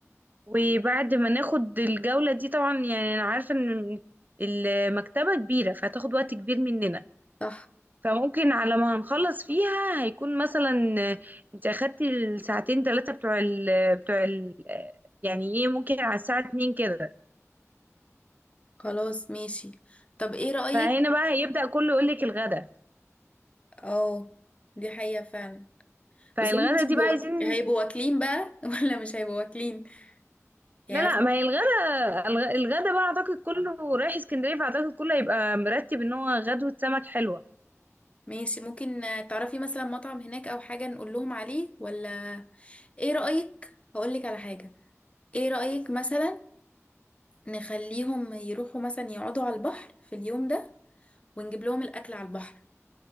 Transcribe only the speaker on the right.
وبعد ما ناخد الجولة دي طبعا يعني أنا عارفة إن المكتبة كبيرة فهتاخد وقت كبير مننا
فممكن على ما هنخلص فيها هيكون مثلا آه، انت أخدتي الساعتين ثلاثة بتوع ال بتوع ال آه، يعني ايه ممكن على الساعة اتنين كده
فهنا بقى هيبدأ كله يقولك الغدا
فالغدا
دي
بقى عايزين
لا لا
ما هي الغدا الغ- الغدا بقى اعتقد كله رايح اسكندريه فاعتقد كله هيبقى مرتب ان هو غدوه سمك حلوه